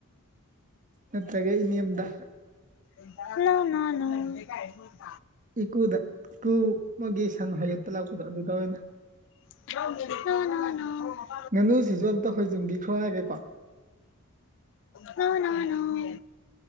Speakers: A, on the right (about 35°); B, on the left (about 55°).
A: ꯅꯠꯇ꯭ꯔꯒ ꯏꯅ‌ꯦꯝꯗ
B: <unintelligible>
A: ꯏꯀꯨꯗ ꯏꯀꯨ ꯑꯃꯒꯤ ꯁꯟ ꯍꯥꯏꯒꯠꯇ ꯂꯥꯛꯄꯗꯣ ꯑꯗꯨ ꯇ ꯑꯣꯏꯅ
B: ꯅꫭꯅꫭꯅꫭ
A: ꯉꯥꯅꯨꯁꯤꯁꯨ ꯑꯝꯇ ꯍꫭꯏꯖꯟꯕꯤꯈ꯭ꯔꯣ ꯍꯥꯏꯒꯦꯀꯣ
B: ꯅꫭ ꯅꫭ ꯅꫭ